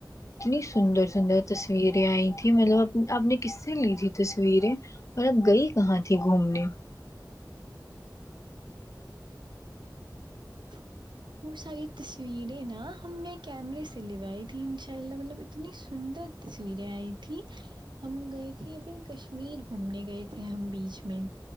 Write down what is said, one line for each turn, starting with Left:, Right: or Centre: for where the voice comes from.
Left: اتنی سندر سندر تصویریں آئی تھیں مطلب آپ نے کس سے لی تھی تصویریں اور اب گئی کہاں تھی گھومنے
Right: <inaudible> وہ ساری تصویریں نا ہم نے کیمرے سے لوائی تھیں ان شاء اللہ مطلب اتنی سندر تصویریں آئی تھی ہم گئے تھے ابھی کشمیر گھومنے گئے تھے ہم بیچ میں